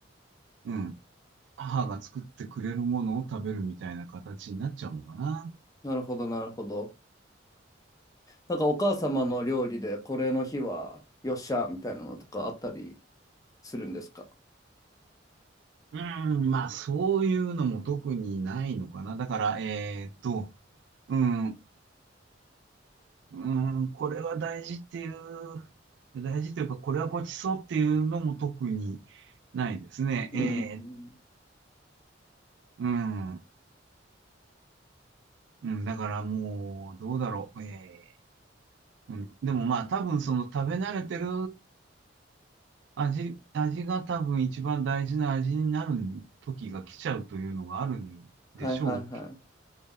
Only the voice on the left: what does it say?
なるほど、なるほど。なんかお母様の料理でこれの日はよっしゃみたいなのとかあったりするんですか
うん。うん
はいはいはい。